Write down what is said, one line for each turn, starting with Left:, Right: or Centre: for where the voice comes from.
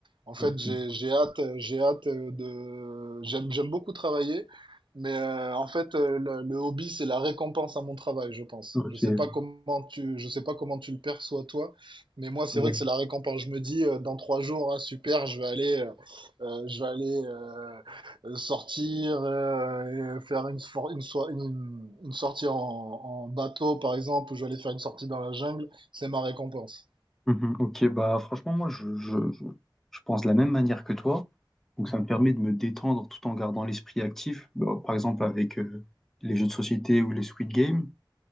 Right: En fait,
Centre: Ok.
Right: j'ai j'ai hâte, j'ai hâte euh, de. J'aime j'aime beaucoup travailler, mais euh, en fait, euh, le, le hobby, c'est la récompense à mon travail, je pense.
Centre: Ok.
Right: Je sais
Centre: oui.
Right: pas comment tu, je sais pas comment tu le perçois toi, mais moi, c'est
Centre: Voilà.
Right: vrai que c'est la récompense. Je me dis, euh, dans trois jours, ah, super, je vais aller, euh, euh, je vais aller euh, euh, sortir, euh, et faire une, for- une, soi- une, une sortie en, en bateau, par exemple, ou je vais aller faire une sortie dans la jungle. C'est ma récompense.
Centre: Mhm, ok, bah franchement, moi, je, je, je, je pense de la même manière que toi. Donc, ça me permet de me détendre tout en gardant l'esprit actif. Bah, par exemple, avec euh, les jeux de société ou les Squid Games.